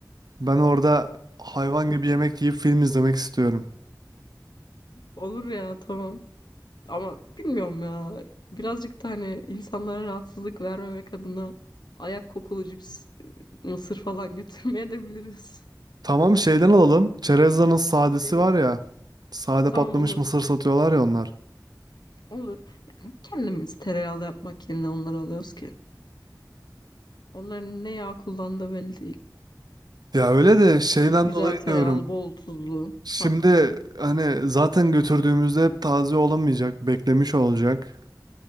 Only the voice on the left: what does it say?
<laughs>
Olur ya tamam. Ama bilmiyorum ya. Birazcık da hani insanlara rahatsızlık vermemek adına ayak kokulu cips, mısır falan <laughs> götürmeye de biliriz.
<laughs> Neydi?
Tamam
olur.
Olur. Kendimiz tereyağlı yapmak yerine onları alıyoruz ki. Onların ne yağ kullandığı belli değil.
Şöyle güzel
tereyağlı,
bol tuzlu.
Ha,